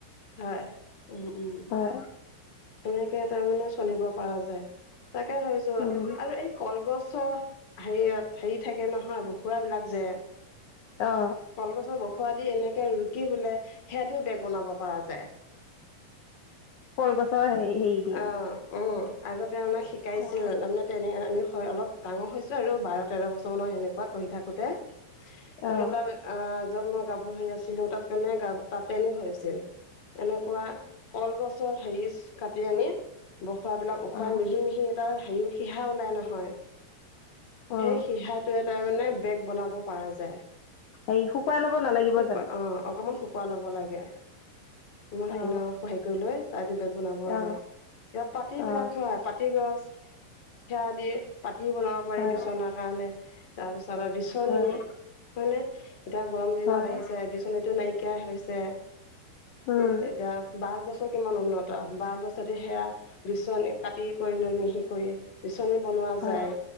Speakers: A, on the left; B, on the left.
A: হয়। উম উম
B: হয়
A: সেনেকে তাৰমানে চলিব পৰা যায় তাকে ভাবিছো
B: উম
A: আৰু এই কলগছৰ হেৰি হেৰি থাকে নহয় বহুৱা বিলাক যে
B: অ
A: কলগছৰ বখুৱা দি এনেকে ৰুকি বোলে সেইয়া দিও বেগ বনাব পৰা যায়।
B: কলগছৰ হেৰি হেৰি দি
A: অ অ। আগতে আমাক শিকাইছিল
B: অ
A: তাৰমানে তেনে আমি হয় অলপ ডাঙৰ হৈছোঁ আৰু বাৰ তেৰ বছৰমানৰ সেনেকুৱাত পঢ়ি থাকোঁতে তাৰমানে
B: অ
A: তাত আহ, যত মই কপোৰ ধুই আছিলো, তাত মানে কা-তাত ট্ৰেইনিং হৈ আছিল। এনেকুৱা কলগছৰ সেৰিছ কাট টি আনি বখৰা বিলাক উখহাই
B: অ
A: মিহি-মিহি এটা হেৰি, সিহা ওলাই নহয়।
B: অ
A: সেই সিহাটোৱে এটাৰ মানে, বেগ বনাব পাৰা যায়।
B: হেৰি শুকুৱাই ল'ব নালাগিব
A: শুক
B: জানো
A: অ অকমান শু পোৱা ল'ব লাগে মই হেৰি
B: অ
A: ন সহায় কৰি লৈ তাই এতিয়া বেগ বনাব
B: অ
A: যায় ইয়াত পাতি বিলাক
B: অ
A: হা পাতি গছ সেৱা দিয়ে পাতি বনাব পাৰি
B: হয়
A: বিচনাৰ কাৰণে তাৰপিছত আৰু বিচনী
B: হয়
A: হয় নে এতিয়া গৰম দিনত
B: হয়
A: আহিছে বিচনীটো নাইকিয়া হৈছে
B: উম
A: এতিয়া বাঁহ গছৰ কিমান উন্নত বাহ গছ যদি সেয়া বিচনী কাটি কৰি লৈ মিহি কৰি বিচনী বনোৱা
B: হয়
A: যায়।